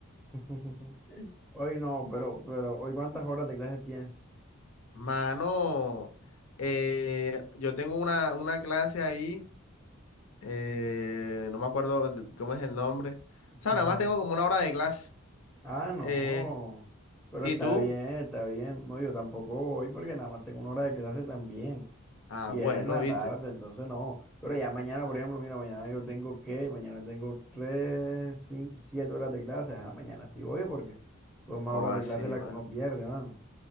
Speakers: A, in the centre; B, on the left.
A: <laughs> Hoy no, pero, pero, hoy cuántas horas de clase tienes.
B: Mano, eh, yo tengo una, una clase ahí, eh, no me acuerdo de- cómo es el nombre.
A: <laughs>
B: O sea, nada más tengo como una hora de clase.
A: Ah, no.
B: Eh,
A: Pero
B: ¿y
A: está
B: tú?
A: bien, está bien. No, yo tampoco voy porque nada más tengo una hora de clase también.
B: Ah,
A: Y
B: bueno,
A: es en la
B: viste.
A: tarde, entonces no. Pero ya mañana, por ejemplo, mira, mañana yo tengo que, mañana tengo tres, cinco, siete horas de clase. Ah, mañana sí voy porque son más
B: Oh,
A: horas
B: así,
A: de clase las
B: ma.
A: que uno pierde, mano.